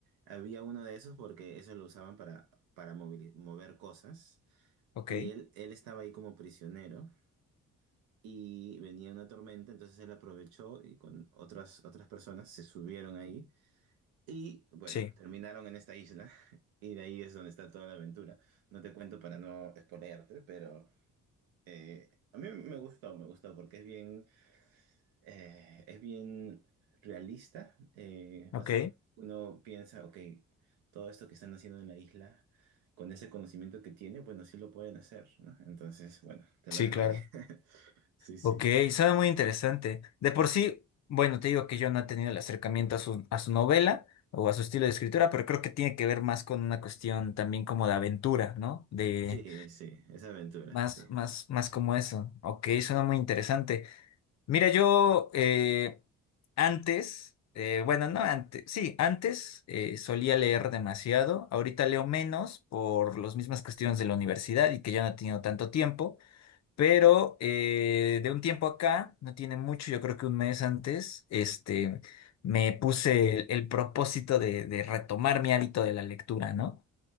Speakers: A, on the right; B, on the left.
A: Había uno de esos porque eso lo usaban para, para movili- mover cosas.
B: Ok,
A: Y él, él estaba ahí como prisionero y venía una tormenta, entonces él aprovechó y con otras, otras personas se subieron ahí y bueno,
B: sí.
A: terminaron en esta isla <laughs> y de ahí es donde está toda la aventura. No te cuento para no spoilearte, pero eh, a mí me gustó, me gustó porque es bien, eh, es bien realista, eh,
B: Ok,
A: o sea, uno piensa, ok, todo esto que están haciendo en la isla. Con ese conocimiento que tiene, bueno, sí lo pueden hacer, ¿no? Entonces, bueno, te
B: sí,
A: lo dejo
B: claro.
A: ahí. <laughs> Sí, sí.
B: Ok, suena muy interesante. De por sí, bueno, te digo que yo no he tenido el acercamiento a su, a su novela o a su estilo de escritura, pero creo que tiene que ver más con una cuestión también como de aventura, ¿no? De
A: Sí, sí, es aventura,
B: más,
A: sí.
B: más, más como eso. Ok, suena muy interesante. Mira, yo eh, antes, eh, bueno, no antes, sí, antes eh, solía leer demasiado. Ahorita leo menos por las mismas cuestiones de la universidad y que ya no he tenido tanto tiempo. Pero eh, de un tiempo acá, no tiene mucho, yo creo que un mes antes, este, me puse el, el propósito de, de retomar mi hábito de la lectura, ¿no?